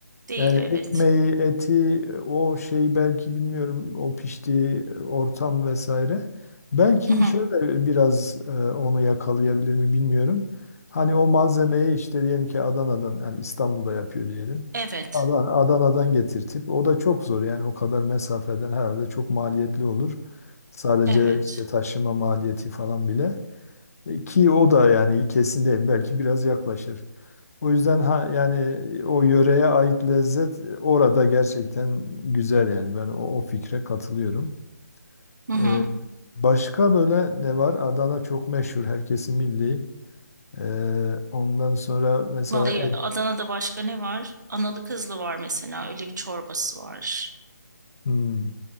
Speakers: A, on the right (about 75°); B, on the left (about 55°).
A: Değil,
B: Yani
A: evet.
B: ekmeği, eti, o şeyi belki bilmiyorum, o piştiği ortam vesaire. Belki
A: Hı hı.
B: şöyle biraz e, onu yakalayabilir mi bilmiyorum. Hani o malzemeyi işte diyelim ki Adana'dan, yani İstanbul'da yapıyor diyelim.
A: Evet,
B: Adan Adana'dan getirtip, o da çok zor yani o kadar mesafeden herhalde çok maliyetli olur. Sadece
A: evet.
B: işte taşıma maliyeti falan bile. E, Ki o da yani kesin değil. Belki biraz yaklaşır. O yüzden ha, yani o yöreye ait lezzet e, orada gerçekten güzel yani ben o, o fikre katılıyorum.
A: Hı hı.
B: E, başka böyle ne var? Adana çok meşhur, herkesin milli. E, ondan sonra mesela
A: Vallahi
B: Ege-
A: Adana'da başka ne var? Analı kızlı var mesela. Öyle bir çorbası var.
B: Hmm,